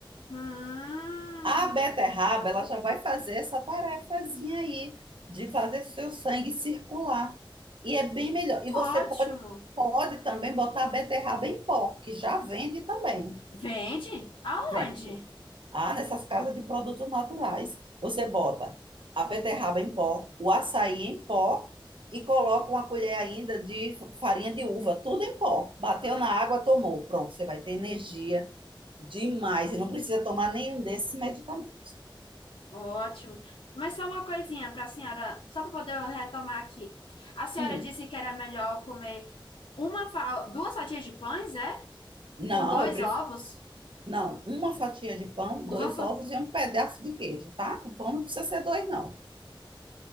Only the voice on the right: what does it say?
A beterraba, ela já vai fazer essa tarefazinha aí, de fazer seu sangue circular. E é bem melhor. E você
pode, pode também botar a beterraba em pó, que já vende também.
Vende. Ah, nessas casas de produtos naturais, você bota a beterraba em pó, o açaí em pó e coloca uma colher ainda de farinha de uva, tudo em pó. Bateu na água, tomou. Pronto, você vai ter energia demais e não precisa tomar nenhum desses medicamentos.
Hum,
não,
eu prefiro.
Não, uma fatia de pão,
dois
ovos e um pedaço de queijo, tá? O pão não precisa ser dois, não.